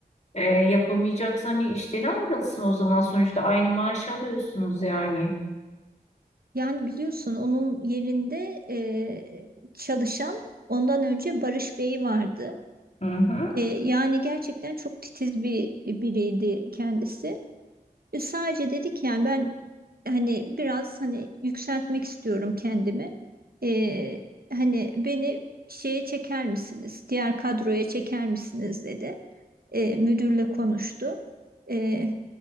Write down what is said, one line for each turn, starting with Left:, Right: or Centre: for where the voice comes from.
Left: E, yapamayacaksan hani işten ayrılsın o zaman sonuçta aynı maaş alıyorsunuz yani.
Right: Yani biliyorsun onun yerinde eee, çalışan ondan önce Barış Bey vardı.
Left: Hı hı.
Right: Eee, yani gerçekten çok titiz bir biriydi kendisi. E, Sadece dedik yani ben hani biraz hani yükseltmek istiyorum kendimi. E, hani beni şeye çeker misiniz? Diğer kadroya çeker misiniz dedi. E, müdürle konuştu. E,